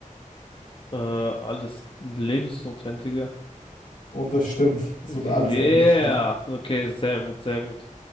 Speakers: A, on the left (about 40°); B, on the left (about 80°).
A: Äh, alles Lebensnotwendige.
B: Und das stimmt, es
A: Yeah.
B: wurde alles eingeflogen.
A: Okay, sehr gut, sehr gut.